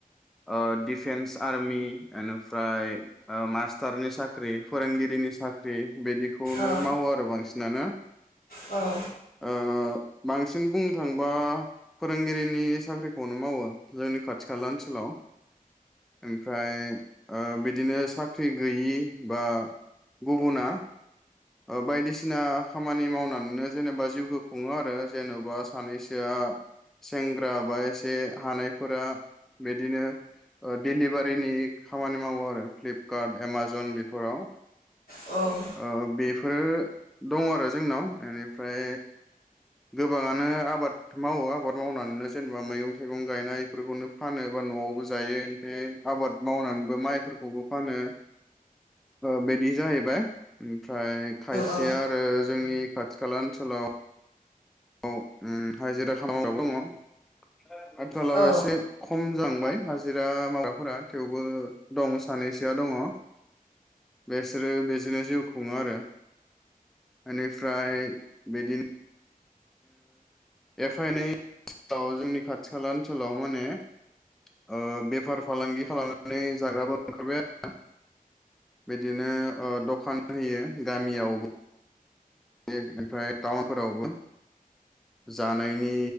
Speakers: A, in the centre; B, on the left (about 80°).
A: ओ डिफेन्स आर्मि एनिफ्राय ओ मास्टारनि साक्रि साख्रि फोरोंगिरिनि साख्रि बिदिखौनो
B: औ
A: मावो आरो बांसिनानो
B: औ
A: ओ बांसिन बुंनो थांबा फोरोंगिरिनि साख्रिखौनो मावो जोंनि खाथि खाला ओनसोलाव ओमफ्राय ओ बिदिनो साख्रि गैयि बा गुबुना ओ बायदिसिना खामानि मावनानैनो जेनेबा जिउखौ खुङो आरो जेन'बा सानैसोआ सेंग्रा बा एसे हानाय। फोरा बिदिनो लिभारिनि खामानि मावो आरो फ्लिपकार्ट एमाजन बेफोराव
B: औ
A: ओ बेफोरो दङ आरो जोंनाव ओमफ्राय गोबाङानो आबाद मावो आबाद मावनानैनो जेनेबा मैगं थाइगं गायनाय बेफोरखौनो फानो न'आवबो जायो ओमफ्राय आबाद मावनानैबो माइफोरखौबो फानो ओ बिदि जाहैबाय उम ओमफ्राय खायसेया
B: औ
A: आरो जोंनि खाथि खाला ओनसोलाव औ ओम हाजिरा खामला मावग्राबो दङ। आथालाव
B: औ
A: एसे खम जांबाय हाजिरा मावग्राफोरा थेवबो दङ सानैसोआ दङ बेसोरो बेजोंनो जिउखौ खुङो आरो बेनिफ्राय बिदिनो एफ एनै ओनाव जोंनि खाथि खाला ओनसोलाव माने ओ बेफार फालांगि खालामनानै जाग्राबो ओंखारबाय आरो। बिदिनो ओ दखान होयो गामियावबो बे ओमफ्राय टाउनफोरावबो जानायनि